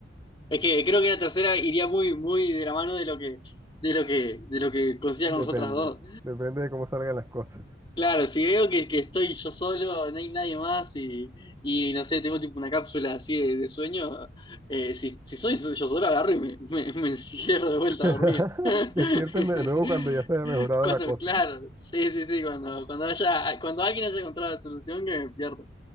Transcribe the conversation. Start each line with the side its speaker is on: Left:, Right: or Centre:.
Left: Es que creo que la tercera iría muy, muy de la mano de lo que, de lo que, de lo que consiga con
Right: Depende.
Left: las otras dos.
Right: Depende de cómo salgan las cosas.
Left: Claro, si veo que, que estoy yo solo, no hay nadie más y, y no sé, tengo tipo una cápsula así de, de sueño, eh, si, si soy so-, yo solo agarro y me, me, me encierro de vuelta
Right: <laughs>
Left: a dormir. <laughs>
Right: Despiértenme de nuevo cuando ya se haya mejorado
Left: Cuando,
Right: la cosa.
Left: claro, sí, sí, sí, cuando, cuando haya, cuando alguien haya encontrado la solución, que me despierto.